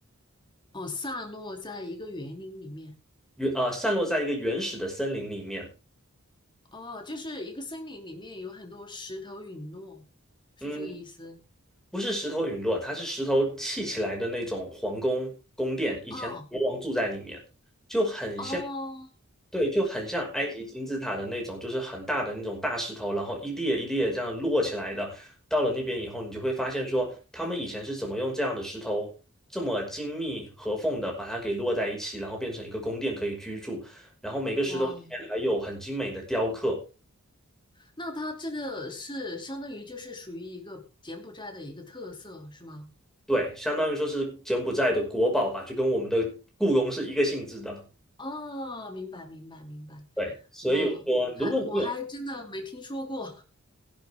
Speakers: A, on the left (about 20°); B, in the centre.
A: 哦，散落在一个园林里面，
B: 原呃散落在一个原始的森林里面。
A: 哦，就是一个森林里面有很多石头陨落，是这个意思？
B: 嗯。不是石头陨落，它是石头砌起来的那种皇宫宫殿，以前国王住在里面，
A: 哦
B: 就很像，
A: 哦，
B: 对，就很像埃及金字塔的那种，就是很大的那种大石头，然后一列一列这样摞起来的。到了那边以后，你就会发现说，他们以前是怎么用这样的石头这么精密合缝的把它给摞在一起，然后变成一个宫殿可以居住，然后每个石头里面还有很精美的雕刻，
A: 哇。那它这个是相当于就是属于一个柬埔寨的一个特色，是吗？
B: 对，相当于说是柬埔寨的国宝吧，就跟我们的故宫是一个性质的。
A: 哦，明白明白明白，
B: 对，所以我说，
A: 哇，还我还真的没听说过，
B: 如果你有，